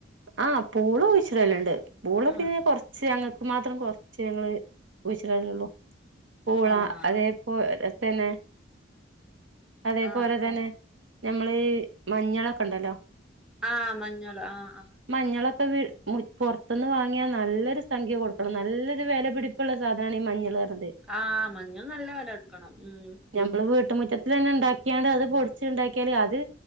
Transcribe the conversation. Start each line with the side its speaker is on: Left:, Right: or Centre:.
Right: ആഹ് പൂള കുഴിച്ച് ഇടല്ണ്ട് പൂളപിന്നെ
Centre: ആഹ്
Right: കൊറച്ച് ഞങ്ങ ക്ക് മാത്രം കൊറച്ച് ഞങ്ങള് കുയിച്ചിടലൊള്ളൂ പൂള
Centre: ആഹ്
Right: അതേ പോലെതെന്നെ അതേ
Centre: ആഹ്
Right: പോലെ തെന്നെ
Centre: ആഹ്
Right: നമ്മള് മഞ്ഞളൊക്ക ഇണ്ടല്ലോ
Centre: ആഹ് മഞ്ഞള് ആഹ് ആഹ്
Right: മഞ്ഞളൊക്ക വിൾ മുറി പൊർത്ത്ന്ന് വാങ്ങിയാ നല്ലൊരു സംഖ്യ കൊട്ക്കണം നല്ലെരു വെലപിടി പ്പ്ള്ള സാധനാണ് ഈ മഞ്ഞള് അർണത്
Centre: ആഹ് മഞ്ഞൾന് നല്ല വെലൊട്ക്കണം ഉം
Right: ഞമ്മള് വീട്ട് മുറ്റത്ത് തെന്നെ ഇണ്ടാക്കിയാണ്ട് അത് പൊടിച്ച് ഇണ്ടാക്കിയാല് അത്